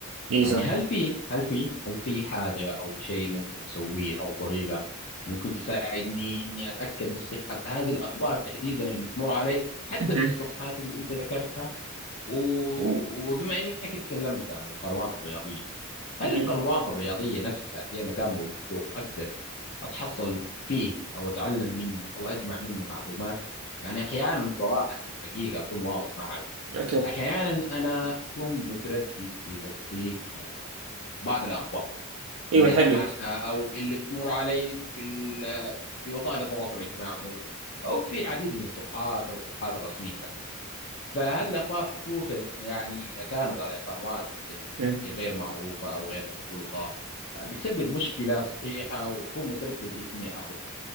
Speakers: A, on the right; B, on the left.
A: اي
B: يعني
A: صح
B: هل في هل في هل في حاجه او شيء ممكن اسويه او طريقه ممكن تساعدني اني اتاكد من صحه هذه الاخبار تحديدا اللي تمر علي حتى
A: اها
B: في الصفحات اللي انت ذكرتها و-
A: و-
B: وبما انك اتكلمت عن القنوات الرياضيه هل
A: اها
B: القنوات الرياضيه نفسها هي مكان موثوق اقدر اتحصل فيه او اتعلم منه او اجمع منه معلومات يعني احيانا صراحه حقيقه اكون واضح معك
A: اوكي
B: احيانا انا اكون متردد في تصديق يعني بعض الاخبار
A: اي
B: اللي
A: من حقك
B: اسمعها او اللي تمر علي في ال- في وسائل التواصل الاجتماعي عموما او في العديد من الصفحات او الصفحات الرسميه فهذه الأخبار خصوصا يعني إذا كانت على قنوات يعني
A: أها.
B: غير معروفة أو غير موثوقة بتسبب مشكلة صحيحة وبكون متردد إني أخذها